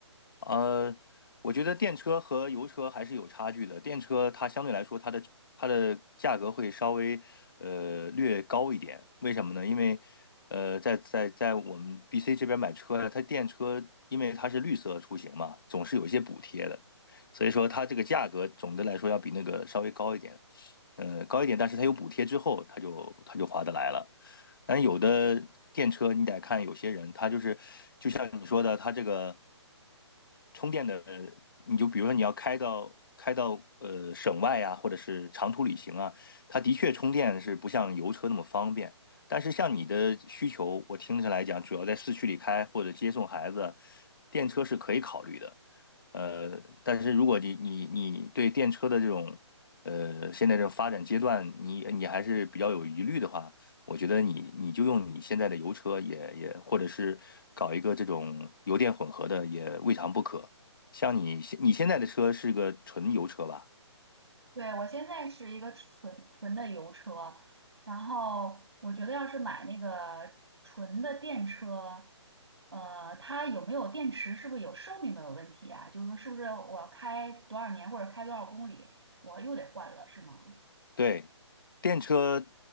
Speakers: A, on the left (about 45°); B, on the right (about 60°).
A: 呃，我觉得电车和油车还是有差距的。电车它相对来说，它的它的价格会稍微呃略高一点。为什么呢？因为呃，在在在我们 BC 这边买车呀，它电车因为它是绿色出行嘛，总是有一些补贴的，所以说它这个价格总的来说要比那个稍微高一点，呃，高一点。但是它有补贴之后，它就它就划得来了。但有的电车你得看有些人，他就是就像你说的，他这个。充电的，你就比如说你要开到开到呃省外啊，或者是长途旅行啊，它的确充电是不像油车那么方便。但是像你的需求，我听起来讲，主要在市区里开或者接送孩子，电车是可以考虑的。呃，但是如果你你你对电车的这种呃现在这种发展阶段，你你还是比较有疑虑的话，我觉得你你就用你现在的油车也也，或者是搞一个这种油电混合的也未尝不可。像你现你现在的车是个纯油车吧？
B: 对，我现在是一个纯纯的油车，然后我觉得要是买那个纯的电车，呃，它有没有电池，是不是有寿命的问题啊？就是说，是不是我开多少年或者开多少公里，我又得换了，是吗？
A: 对，电车，